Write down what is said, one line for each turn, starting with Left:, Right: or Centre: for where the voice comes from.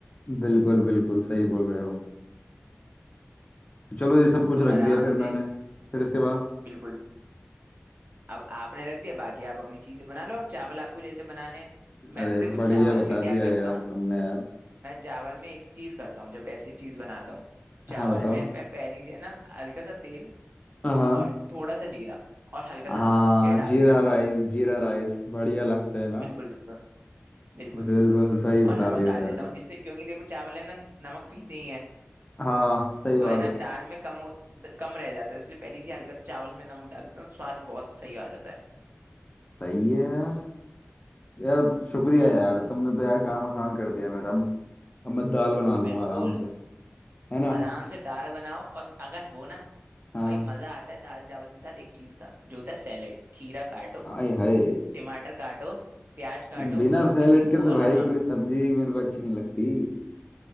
Left: बिल्कुल बिल्कुल सही बोल रहे हो तो चलो ये सब कुछ
Right: तुम
Left: रख
Right: आराम
Left: दिया फिर
Right: से
Left: मैंने फिर उसके बाद
Right: बिल्कुल अब आपने रख दिया बाकी आप अपनी चीजें बना लो अब चावल आपको जैसे बनाने हैं मैं
Left: अरे
Right: तो देखो
Left: बढ़िया
Right: चावल
Left: बता
Right: में क्या
Left: दिया
Right: करता
Left: यार
Right: हूँ
Left: तुमने यार
Right: मैं चावल में एक चीज करता हूँ जब ऐसी चीज बनाता हूँ चावल
Left: हाँ बताओ
Right: में मैं पहली से ना हल्का सा तेल
Left: हाँ हाँ
Right: और थोड़ा सा जीरा और हल्का
Left: हाँ,
Right: सा नमक ये डाल
Left: जीरा
Right: देता हूँ
Left: राइस जीरा राइस बढ़िया लगता है ना
Right: बिल्कुल बिल्कुल बिल्कुल बिल्कुल
Left: बिल्कुल सही बता
Right: और नमक
Left: दिया
Right: डाल
Left: यार
Right: देता हूँ जिससे क्योंकि देखो चावल है ना नमक पीते ही हैं
Left: हाँ सही बात
Right: तो है ना दाल
Left: है
Right: में कम हो द- कम रह जाता है इसलिए पहले ही से हल्का सा चावल में नमक डालते हैं स्वाद बहुत सही आ जाता है
Left: सही है यार यार शुक्रिया
Right: हम्म
Left: यार तुमने तो यार काम आसान कर दिया मेरा अब मैं दाल बना लूंगा
Right: बिल्कुल
Left: आराम से है ना
Right: आराम से दाल बनाओ और अगर हो ना
Left: हाँ
Right: भाई मजा आता है दाल चावल के साथ एक चीज का जो होता है सैलेड खीरा काटो
Left: आय हाय
Right: टमाटर काटो प्याज काटो
Left: बिना
Right: और उस
Left: सैलेड
Right: पे नींबू
Left: के
Right: और
Left: तो भाई
Right: नमक
Left: कोई सब्जी मेरे को अच्छी नहीं लगती